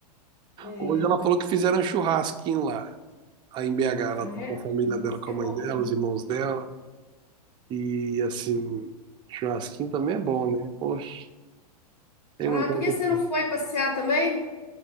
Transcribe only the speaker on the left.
É.
Ah,
é?
Nossa,
que
bom,
né?
Ah,
por que você não foi passear também?